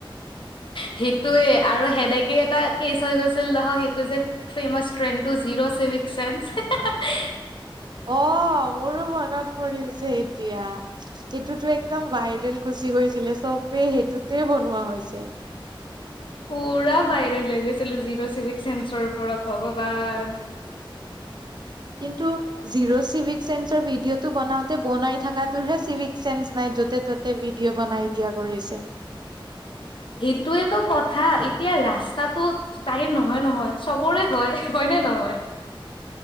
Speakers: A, on the left (about 65°); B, on the right (about 55°).
A: সেইটোৱে আৰু সেনেকেই এটা কেচ হৈ গৈছিল নহ সেইটো যে famous trend two zero civic sense
B: অ মোৰো মনত পৰিছে এতিয়া সেইটোতো একদম ভাইৰেল গুচি গৈছিলে চবেই সেইটোতে বনোৱা হৈছে
A: পুৰা বাইৰে ল গৈছিলো জিৰ' চিভ্স চেন্সৰ ওপৰত হগান
B: কিন্তু জিৰ' চিভিক চেন্সৰ ভিডিঅ'টো বনাওঁতে বনাই থকাটোৰহে চিভিক চেন্স নাই য'তে ত'তে ভিডিঅ' বনাই দিয়া কৰিছে
A: সেইটোৱেটো কথা এতিয়া ৰাস্তাটো তাইৰ নহয় নহয় চবৰে হয় হয়নেে নহয়